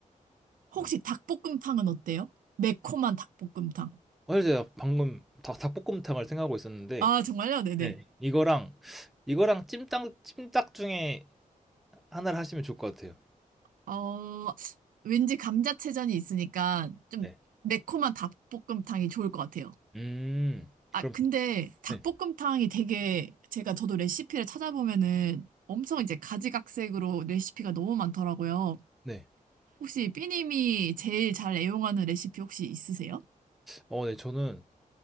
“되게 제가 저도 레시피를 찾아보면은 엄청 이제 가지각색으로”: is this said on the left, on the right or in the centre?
Right